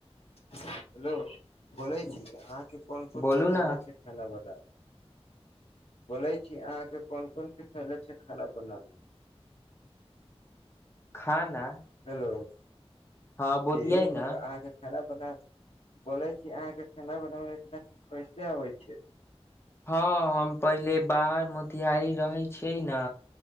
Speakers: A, on the left; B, on the left.
A: <unintelligible> हेलो बोलै छी अहाँके कोन कोन
B: बोलू
A: सिखैलै
B: न
A: छै खाना बनाबै बोले छी अहाँक कोन कोन सिखैलै छै खाना बनाबै
B: खाना
A: हेलो <inaudible>
B: हँ बोलियै
A: जी मतलब
B: न
A: अहाँकेँ खाना बना <inaudible> बोले छी अहाँक खाना बनाब में एतना चीज कैसे आबै छै
B: हँ हम पहिले बाहर मोतिहारी रहै छियै न